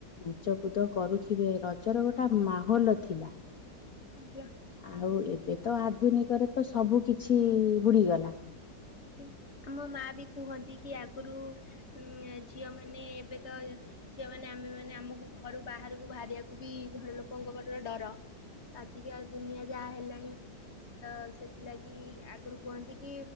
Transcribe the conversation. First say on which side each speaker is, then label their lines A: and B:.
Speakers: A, on the left (about 55°); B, on the left (about 40°).
A: ନାଚ କୁଦ କରୁଥିବେ ରଜର ଗୋଟେ ମାହୋଲ ଥିଲା।
B: ଆଜ୍ଞା
A: ଆଉ ଏବେ ତ ଆଧୁନିକରେ ତ ସବୁ କିଛି ବୁଡିଗଲା।
B: ଆଜ୍ଞା ଆମ ମା ବି କୁହନ୍ତି କି ଆଗରୁ ଉଁ ଝିଅ ମାନେ ଏବେ ତ ଝିଅମାନେ ଆମେ ମାନେ ଆମକୁ ଘରୁ ବାହାରକୁ ବାହାରିବାକୁ ବି ଘର ଲୋକଙ୍କ ପାଖରେ ଡର। ଆଜିକା ଦୁନିଆ ଯାହା ହେଲାଣି ତ ସେଥିଲାଗି ଆଗରୁ କୁହନ୍ତି କି